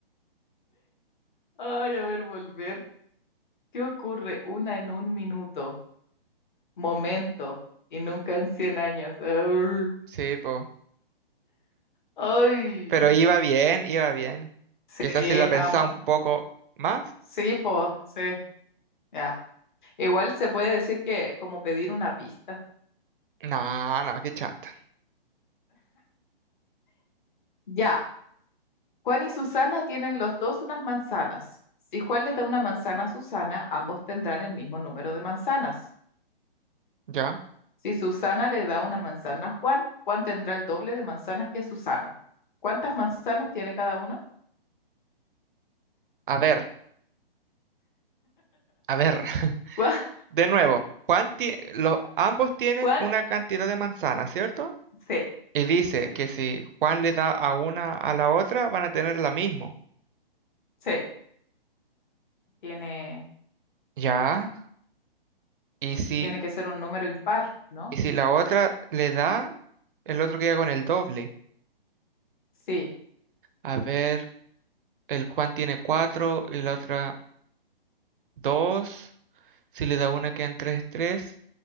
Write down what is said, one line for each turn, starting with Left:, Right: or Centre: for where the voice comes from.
Left: Ay, a ver, volver. ¿Qué ocurre una en un minuto? momento y nunca en 100 años. Arr.
Right: Sí, po.
Left: Ay,
Right: Pero iba bien, iba bien.
Left: sí,
Right: Quizás si la
Left: estamos.
Right: pensaba un poco más.
Left: Sí, pues, sí, ya. Igual se puede decir que como pedir una pista.
Right: No, no, qué chanta.
Left: Ya, Juan y Susana tienen los dos unas manzanas. Si Juan le da una manzana a Susana, ambos tendrán el mismo número de manzanas.
Right: Ya.
Left: Si Susana le da una manzana a Juan, Juan tendrá el doble de manzanas que Susana. ¿Cuántas manzanas tiene cada uno?
Right: A ver, a ver. <laughs>
Left: <laughs> Juan,
Right: De nuevo, Juan tie- los, ambos tienen
Left: Juan,
Right: una cantidad de manzanas, ¿cierto?
Left: sí,
Right: Y dice
Left: sí,
Right: que si Juan le da a una a la otra, van a tener la misma.
Left: sí, tiene
Right: Ya. Y si
Left: Tiene que ser un número impar, ¿no?
Right: Y si la otra le da, el otro queda con el doble.
Left: Sí.
Right: A ver, el Juan tiene 4 y la otra dos Si le da una quedan tres tres